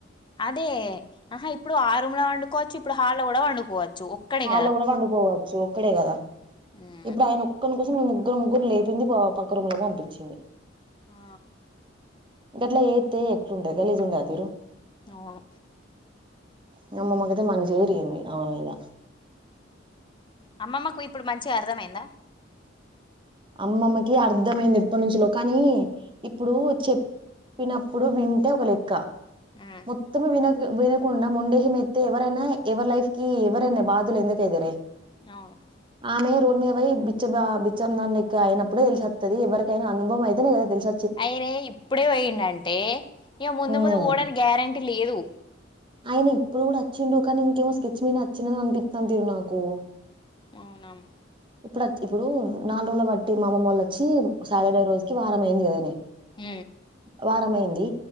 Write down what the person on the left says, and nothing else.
అదే ఆహా ఇప్పుడు ఆ రూమ్ లో వండుకోవచ్చు ఇప్పుడు హాల్లో కూడా వండుకోవచ్చు ఒక్కడే
ఆ
ఆ
అవును
అమ్మమ్మకు ఇప్పుడు మంచిగా అర్థమైందా
ఉమ్
అవును
అయరే ఇప్పుడే ఓయిండంటే ఇగా ముందు
ముందు ఓడానికి గ్యారెంటీ లేదు.
మవునాం
ఉహ్